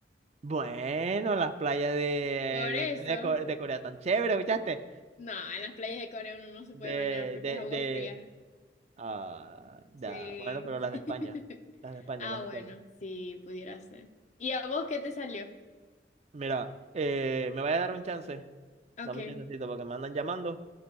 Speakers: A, on the right; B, on the left.
A: bueno, las playas de,
B: Por eso,
A: de, de Co- de Corea tan chévere, ¿escuchaste?
B: no, en las playas de Corea uno no se
A: De,
B: puede bañar porque
A: de,
B: es agua
A: de,
B: fría.
A: ah, da-
B: Sí.
A: bueno, pero las de
B: <laughs>
A: España, las de España,
B: Ah,
A: las de
B: bueno,
A: España.
B: sí, pudiera ser. ¿Y a vos qué te salió?
A: Mira, eh, me voy a dar un chance,
B: Ok,
A: dame un chancecito porque me andan llamando